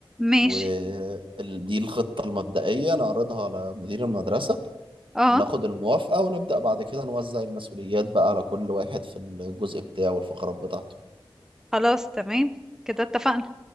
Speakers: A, in the centre; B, on the right.
A: ماشي
B: ودي الخطة المبدئية نعرضها على مدير المدرسة
A: اه
B: وناخد الموافقة ونبدأ بعد كده نوزع المسؤوليات بقى على كل واحد في الجزء بتاعه والفقرات بتاعته
A: خلاص تمام كده اتفقنا